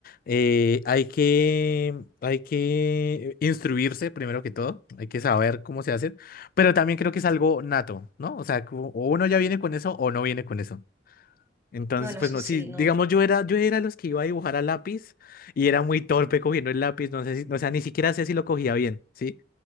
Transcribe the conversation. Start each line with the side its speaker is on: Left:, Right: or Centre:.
Left: eh, hay que, hay que instruirse primero que todo, hay que saber cómo se hace, pero también creo que es algo nato, ¿no? O sea, como o uno ya viene con eso o no viene con eso. Entonces,
Right: Bueno,
Left: pues
Right: eso
Left: no,
Right: sí,
Left: sí,
Right: no.
Left: digamos, yo era, yo era los que iba a dibujar a lápiz y era muy torpe cogiendo el lápiz, no sé si, o sea, ni siquiera sé si lo cogía bien, ¿sí?